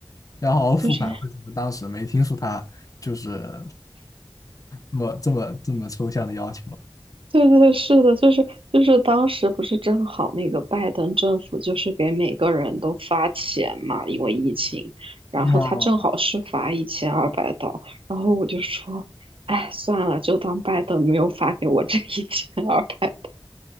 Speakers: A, on the left; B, on the right.
A: 要好好复盘，
B: 就是，<laughs>
A: 为什么当时没听出他就是这么这么这么抽象的要求？
B: 对对，是的，就是就是当时不是正好那个拜登政府就是给每个人都发钱嘛，因为疫情，然后他正好是发一千二百刀，
A: 哦，
B: 然后我就说，哎，算了，就当拜登没有发给我这一千二百